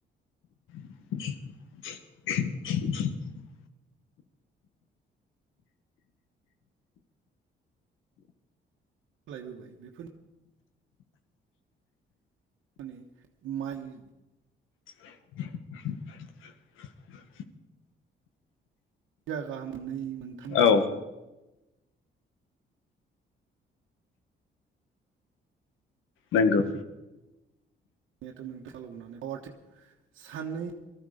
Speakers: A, on the left; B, on the right.
A: <inaudible>
B: खालायबोबाय बेफोर माने माइ
A: <inaudible>
B: गाहाम मोननै मोनथाम
A: औ नंगौ
B: <unintelligible> साननै